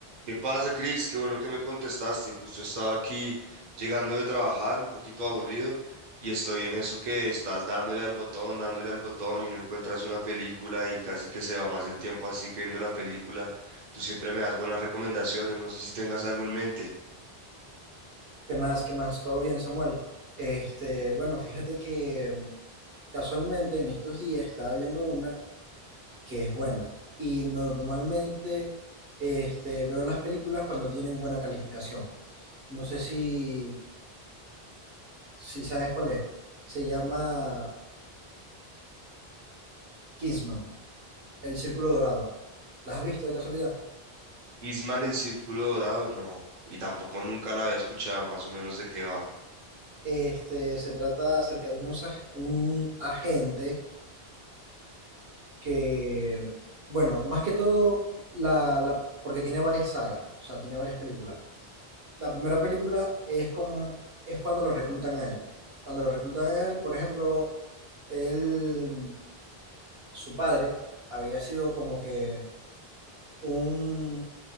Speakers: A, on the right (about 50°); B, on the right (about 70°).
A: ¿Qué pasa, Cris? Qué bueno que me contestaste. Justo estaba aquí llegando de trabajar, un poquito aburrido, y estoy en eso que estás dándole al botón, dándole al botón y no encuentras una película y casi que se va más el tiempo así que viendo la película. Tú siempre me das buenas recomendaciones, no sé si tengas algo en mente.
B: ¿Qué más? ¿Qué más? ¿Todo bien, Samuel? Este, bueno, fíjate que mm, casualmente en estos días estaba viendo una que es buena. Y normalmente este, veo las películas cuando tienen buena calificación. No sé si, si sabes cuál es. Se llama Kingsman, El Círculo Dorado. ¿La has visto de casualidad?
A: Isman el Círculo Dorado, no. Y tampoco nunca la había escuchado, más o menos de qué va.
B: Este, se trata acerca de unos, ag- un agente que, bueno, más que todo, la, la- porque tiene varias sagas, o sea, tiene varias películas. La primera película es como, es cuando lo reclutan a él. Cuando lo reclutan a él, por ejemplo, él, su padre había sido como que un,